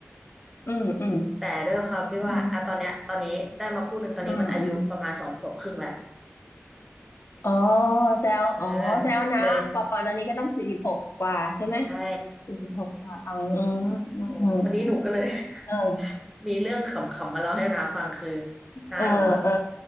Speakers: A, on the left (about 65°); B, in the centre.
A: อืมอืมอืม
B: แต่ด้วยความที่ว่าอ่ะตอนเนี้ยตอนนี้ได้มาคู่หนึ่งตอนนี้มันอายุประมาณสองขวบครึ่งแหละ
A: อืมอืมอืมอืมอ๋อแจวอ๋อแจวนะปอปอตอนนี้ก็ต้องสี่สิบหกกว่าใช่ไหม
B: เออเลยได้
A: สี่สิบหกกว่าอ๋ออืมอืม
B: หนูวันนี้หนูก็เลย
A: เออ
B: <laughs> มีเรื่องขำๆมาเล่าให้นาฟังคือน้าหนูอ่ะ
A: เออเออ